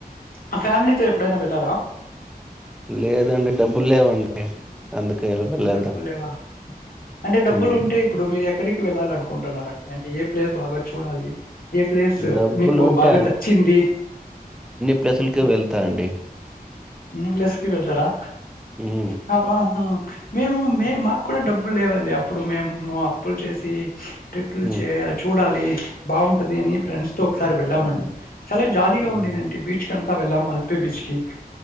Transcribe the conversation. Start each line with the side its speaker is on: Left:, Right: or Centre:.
Left: ప్చ్ ఫ్యామిలీతో ఎప్పుడైనా వెళ్ళారా
Centre: లేదండి డబ్బులేవండి అందుకే వెళ్ళలెదు
Left: డబ్బులేవా? అంటే డబ్బులుంటే
Centre: మ్మ్
Left: ఇప్పుడు మీరు ఎక్కడికి వెళ్లాలనుకుంటున్నారండి అంటే ఏ ప్లేస్ బాగా చూడాలి ఏ ప్లేసు
Centre: డబ్బులుంటే
Left: మీకు బాగా నచ్చింది
Centre: ప్లేసుల్కి
Left: హ్మ్.
Centre: వెళ్తా అండి ప్చ్
Left: అన్ని ప్లేస్ కి వెళ్తారా
Centre: హ్మ్.
Left: హ హ మేము మేమ్ మాకు కూడా డబ్బుల్లేవండి అప్పుడు మేము అప్పులు చేసి హ్మ్ ట్రిప్పుల్
Centre: హ్మ్.
Left: చేయాల్ చూడాలి బాగుంటది అని ఫ్రెండ్స్ తో ఒకసారి వెళ్ళామండి చాలా జాలీగా
Centre: హ్మ్.
Left: ఉనీన్దండీ బీచ్ కాంత్ అంతా వెళ్ళాం మల్పే బీచ్ కి